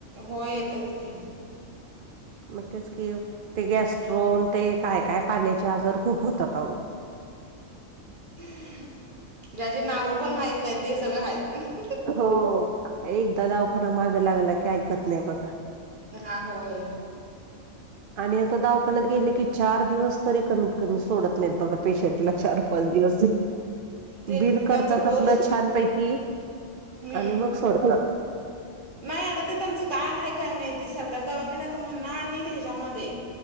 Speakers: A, on the right; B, on the right.
A: हो येतात की
B: मग तेच कि ते गॅस्ट्रोन ते काय काय पाण्याचे आजार खूप होतात
A: त्याचे नाव पण माहित नाही ते सगळं आहेत
B: हो एकदा दवाखाना मागं लागला की ऐकत नाही बघा
A: आ होय
B: आणि आता दवाखान्यात गेले की चार दिवस तरी कमीत कमी सोडत नाहीत बघा पेशंटला चार पाच दिवस
A: ते
B: बिल करतात
A: त्यांचा कोर्स
B: आपलं छानपैकी
A: हम्म
B: आणि मग सोडतात
A: नाही आता ते त्यांनचं काय आहे काय माहिती सरकार दवाखाना आता म्हणणार आणि हेज्यामध्ये